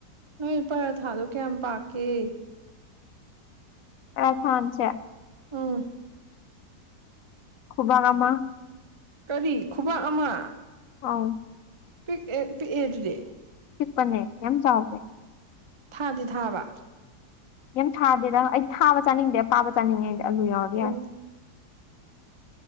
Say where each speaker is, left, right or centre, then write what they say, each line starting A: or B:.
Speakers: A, on the right; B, on the left.
A: ꯅꯣꯏ ꯄꯔꯥ ꯊꯥꯗꯣ ꯀꯌꯥꯝ ꯄꯥꯛꯀꯦ
B: ꯔꯊꯟꯁꯦ
A: ꯎꯝ
B: ꯈꯨꯕꯥꯛ ꯑꯃ
A: ꯀꯔꯤ ꯈꯨꯕꯥꯛ ꯑꯃ
B: ꯑꯥꯎ
A: ꯄꯤꯛꯑ ꯄꯤꯛꯑꯦ ꯑꯗꯨꯗꯤ
B: ꯆꯤꯛꯄꯅꯦ ꯌꯥꯝ ꯆꯥꯎꯗꯦ
A: ꯊꯥꯗꯤ ꯊꯥꯕ
B: ꯌꯥꯝ ꯊꯥꯗꯦꯗ ꯑꯩ ꯊꯥꯕ ꯆꯥꯅꯤꯡꯗꯦ ꯄꯥꯕ ꯆꯥꯅꯤꯡꯉꯦ ꯑꯩꯗꯤ ꯑꯂꯨ ꯌꯥꯎꯔꯗꯤ
A: ꯑꯣ
B: ꯌꯥꯔꯦ